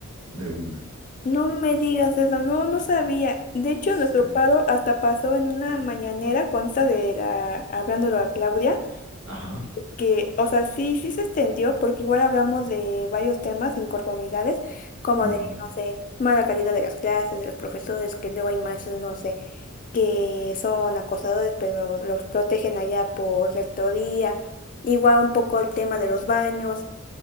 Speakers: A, on the right; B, on the left.
A: de una.
B: No me digas eso, no, no sabía. De hecho,
A: Sí.
B: nuestro paro hasta pasó en una mañanera, consta de la, hablándolo a Claudia,
A: Ajá.
B: que, o sea, sí, sí se extendió, porque igual hablamos de varios temas, inconformidades, como
A: ujú.
B: de, no sé, mala calidad de las clases, de los profesores, que luego hay maestros, no sé, que son acosadores, pero los protegen allá por rectoría. Igual un poco el tema de los baños.